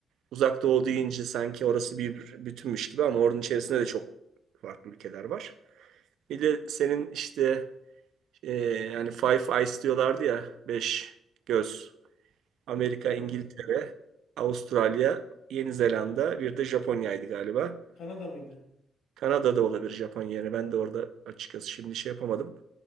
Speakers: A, on the right; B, on the left.
A: Uzak Doğu deyince sanki orası bir bütünmüş gibi ama oranın içerisinde de çok farklı ülkeler var. Bir de senin işte e, yani Five Eyes diyorlardı ya, beş göz. Amerika,
B: Evet.
A: İngiltere, Avustralya, Yeni Zelanda, bir de Japonya'ydı galiba.
B: Kanada mıydı?
A: Kanada'da olabilir Japonya. Yani ben de orada açıkçası şimdi şey yapamadım.